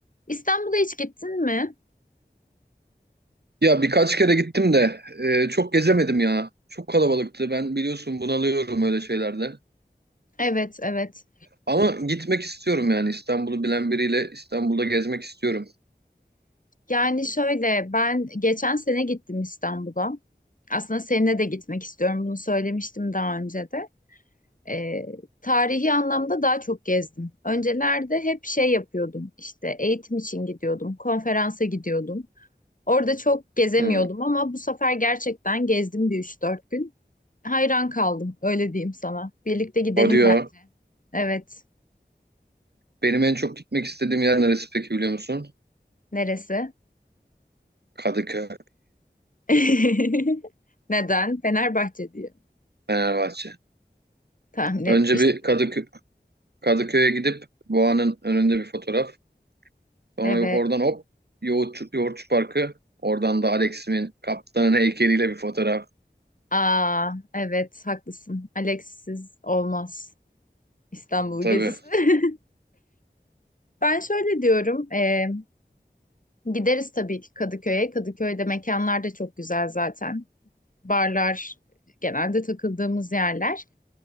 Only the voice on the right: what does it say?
Ya birkaç kere gittim de e, çok gezemedim ya. Çok kalabalıktı. Ben biliyorsun bunalıyorum öyle şeylerde.
Ama gitmek istiyorum yani İstanbul'u bilen biriyle İstanbul'da gezmek istiyorum.
Hmm.
Hadi ya.
Benim en çok gitmek istediğim yer neresi peki biliyor musun?
Kadıköy,
Fenerbahçe.
Önce bir Kadıkö Kadıköy'e gidip Boğa'nın önünde bir fotoğraf. Sonra
oradan hop Yoğurtçu, Yoğurtçu Parkı. Oradan da Alex'imin kaptanın heykeliyle bir fotoğraf.
Tabii.